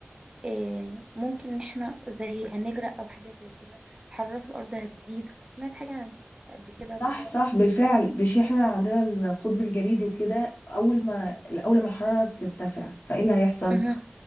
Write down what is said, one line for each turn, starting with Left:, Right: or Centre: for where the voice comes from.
Right: آه، ممكن إن احنا زي هنغرق أو حاجة زي كده الحرارة في الأرض هتزيد سمعت حاجة عن قبل كده الموضوع
Left: صح صح
Right: ده
Left: بالفعل مش احنا عندنا القطب الجليدي وكده اول ما اول ما الحراره ترتفع فايه اللي هيحصل
Right: مه.